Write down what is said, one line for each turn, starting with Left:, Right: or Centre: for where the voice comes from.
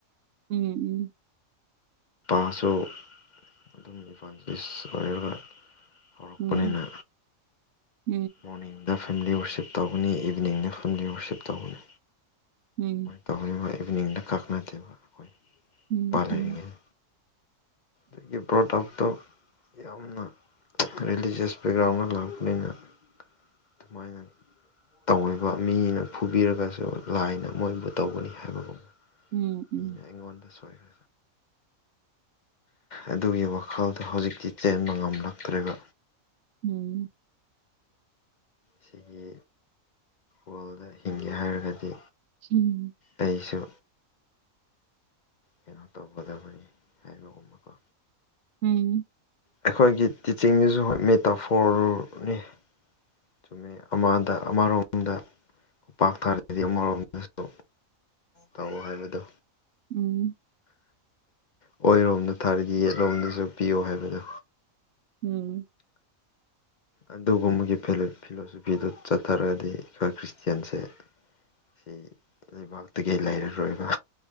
Right: ꯎꯝ ꯎꯝ
Left: ꯅꯨꯄꯥꯁꯨ ꯑꯗꯨꯝ ꯏꯝꯐꯥꯜ ꯏꯁ ꯑꯣꯏꯔꯒ ꯍꯧꯔꯛꯄꯅꯤꯅ
Right: ꯎꯝ ꯎꯝ ꯎꯝ ꯎꯝ ꯎꯝ
Left: ꯃꯣꯔꯅꯤꯡ ꯗ ꯐꯦꯃꯤꯂꯤ ꯋꯔꯁꯤꯞ ꯇꯧꯧꯕꯅꯤ ꯏꯚꯅꯤꯡꯗ ꯐꯦꯃꯤꯂꯤ ꯋꯔꯁꯤꯞ ꯇꯧꯒꯅꯤ
Right: ꯎꯝ
Left: ꯇꯧꯅꯤꯡꯅ ꯏꯚꯅꯤꯡꯗ ꯀꯛꯅꯗꯦꯕ ꯑꯩꯈꯣꯏ
Right: ꯎꯝ
Left: ꯏꯄꯥ ꯂꯩꯔꯤꯉꯩ
Right: ꯎꯝ
Left: ꯑꯗꯒꯤ ꯄ꯭ꯔꯣꯗꯞꯇꯣ ꯌꯥꯝꯅ ꯔꯤꯂꯤꯖꯤꯁ ꯕꯦꯛꯒ꯭ꯔꯥꯎꯟ ꯑꯃ ꯂꯥꯛꯄꯅꯤꯅ ꯑꯗꯨꯃꯥꯏꯅ ꯇꯧꯕ ꯃꯤꯅ ꯐꯨꯕꯤꯔꯒꯁꯨ ꯂꯥꯏꯅ ꯃꯣꯏꯕꯨ ꯇꯧꯒꯅꯤ ꯍꯥꯏꯕꯕꯨ
Right: ꯎꯝ
Left: ꯃꯤꯅꯦ ꯑꯩꯉꯣꯟꯗ ꯁꯣꯏꯔ ꯑꯗꯨꯒꯤ ꯋꯥꯈꯜꯗꯣ ꯍꯧꯖꯤꯛꯇꯤ ꯆꯦꯟꯕ ꯉꯝꯂꯛꯇ꯭ꯔꯦꯕ
Right: ꯎꯝ
Left: ꯁꯤꯒꯤ ꯋꯥꯔꯜꯗ ꯍꯤꯡꯒꯦ ꯍꯥꯏꯔꯒꯗꯤ
Right: ꯎꯝ
Left: ꯑꯩꯁꯨ ꯀꯩꯅꯣ ꯇꯧꯒꯗꯕꯅꯤ ꯍꯥꯏꯕꯒꯨꯝꯕꯀꯣ
Right: ꯎꯝ
Left: ꯑꯩꯈꯣꯏꯒꯤ ꯇꯤꯆꯤꯡꯗꯨꯁꯨ ꯍꯣꯏ ꯃꯤ ꯇꯥꯐꯣꯔꯅꯤ ꯆꯨꯝꯃꯦ ꯑꯃꯗ ꯑꯃꯔꯣꯝꯗ ꯎꯄꯥꯛ ꯊꯥꯔꯒꯗꯤ ꯑꯃꯔꯣꯝꯗꯁꯨ ꯇꯧ ꯍꯥꯏꯕꯗꯣ
Right: ꯎꯝ
Left: ꯑꯣꯏꯔꯣꯝꯗ ꯊꯥꯔꯒ ꯌꯦꯠꯂꯣꯝꯗꯁꯨ ꯄꯤꯌꯣ ꯍꯥꯏꯕꯗꯣ
Right: ꯎꯝ
Left: ꯑꯗꯨꯒꯨꯝꯕꯒꯤ ꯐꯤꯂꯣꯁꯣꯐꯤꯗꯨ ꯆꯠꯊꯔꯒꯗꯤ ꯑꯩꯈꯣꯏ ꯈ꯭ꯔꯤꯁꯇꯌꯥꯟꯁꯦ ꯁꯤ ꯂꯩꯕꯥꯛꯇꯒꯤ ꯂꯩꯔꯔꯣꯏꯕ